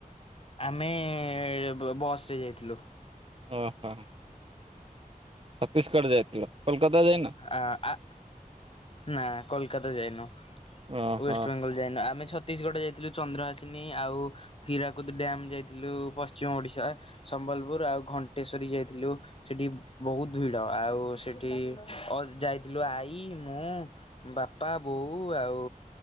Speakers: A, on the left (about 40°); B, on the right (about 40°).
A: ଆମେ ବ୍ ବସ୍ରେ ଯାଇଥିଲୁ।
B: ଓହୋ ଛତିଶଗଡ଼ ଯାଇଥିଲ କୋଲକାତା ଯାଇନ?
A: ଆ ଆ ନା କୋଲକାତା ଯାଇନୁ।
B: ଓହୋ
A: ୱେଷ୍ଟବେେଙ୍ଗଲ ଯାଇନୁ ଆମେ ଛତିଶଗଡ ଯାଇଥିଲୁ ଚନ୍ଦ୍ରହାସିିନୀ ଆଉ ହୀରାକୁଦ ଡ୍ୟମ୍ ଯାଇଥିଲୁ ପଶ୍ଚିମ ଓଡିଶା। ସମ୍ବଲପୁର ଆଉ ଘଣ୍ଟେଶ୍ଵରୀ ଯାଇଥିଲୁ ସେଠି ବହୁତ ଭିଡ଼ ଆଉ ସେଠି ଅ ଯାଇଥିଲୁ ଆଈ ମୁଁ ବାପା ବୋଉ ଆଉ